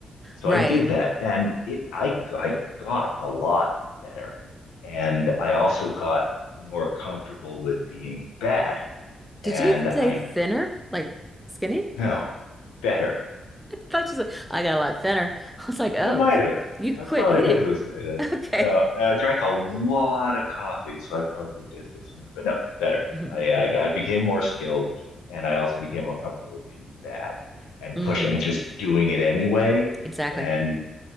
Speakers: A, on the left; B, in the centre.
A: So
B: Right.
A: I did that, and it I I got a lot better, and I also got more comfortable with being bad,
B: Did
A: and
B: you say
A: I
B: thinner? Like skinny?
A: know better
B: thought she's like, I got a lot thinner. <laughs> I was like, oh,
A: I might have.
B: you quit
A: I probably
B: eating.
A: did lose my that.
B: <laughs> Okay.
A: Uh, I drank a lot of coffee, so I probably did lose some But no, better.
B: hmm
A: I, I I became more skilled, and I also became more comfortable with being bad and
B: Mm,
A: push and just doing it anyway,
B: exactly.
A: and